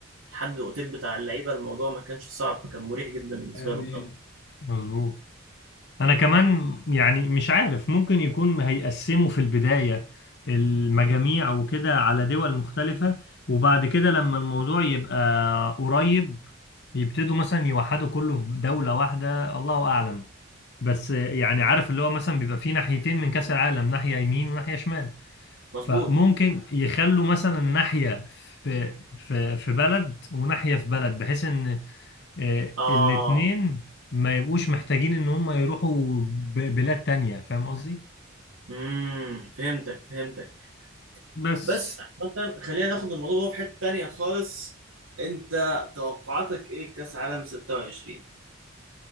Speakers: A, on the right; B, on the left.
A: لحد الاوتيل بتاع اللعيبه الموضوع ما كانش صعب فكان مريح جدا بالنسبه
B: آمين
A: لهم طبعا
B: مظبوط انا كمان يعني مش عارف ممكن يكون هيقسموا في البداية المجاميع وكده على دول مختلفة وبعد كده لما الموضوع يبقى قريب يبتدوا مثلا يوحدوا كله في دولة واحدة الله اعلم بس يعني عارف اللي هو مثلا بيبقى في ناحيتين من كأس العالم ناحية يمين وناحية شمال
A: مظبوط
B: فممكن يخلوا مثلا ناحية في في في بلد وناحية في بلد بحيث ان آه،
A: اه
B: الاتنين ما يبقوش محتاجين ان هم يروحوا ب- بلاد تانية فاهم قصدي
A: امم فهمتك فهمتك
B: بس
A: بس عامة خلينا ناخد الموضوع في حته تانيه خالص انت توقعاتك ايه لكاس عالم 26